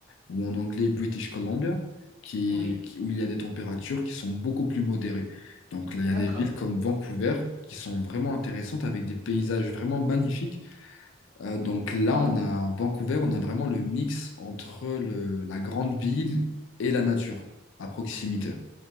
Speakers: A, on the left; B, on the right.
A: ou en anglais British Columbia, qui,
B: Oui,
A: qui- où il y a des températures qui sont beaucoup plus modérées. Donc là,
B: d'accord.
A: il y a des villes comme Vancouver qui sont vraiment intéressantes avec des paysages vraiment magnifiques euh,
B: Ah,
A: donc là,
B: ah,
A: on a Vancouver, on a vraiment le mix entre le- la grande ville et la nature à proximité.